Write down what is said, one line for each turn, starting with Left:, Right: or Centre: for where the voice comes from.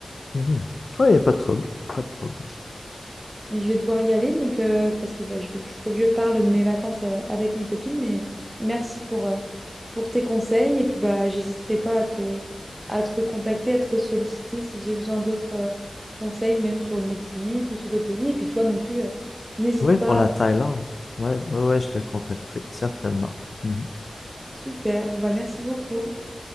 Left: mhm. Ouais, y a pas de trouble, pas de trouble.
Right: Mais je vais devoir y aller, donc, euh, parce que bah, il faut que, je- faut que je parle de mes vacances euh, avec mes copines, mais merci pour, euh, pour tes conseils, et puis bah, j'hésiterai pas à te, à te recontacter, à te solliciter si j'ai besoin d'autres euh, conseils, même sur le Mexique ou sur d'autres pays, et puis toi non plus, euh, n'hésite
Left: Oui,
Right: pas.
Left: pour la Thaïlande. Ouais, ouais, ouais, je te contacterai certainement. Mhm.
Right: Super, bon bah merci beaucoup.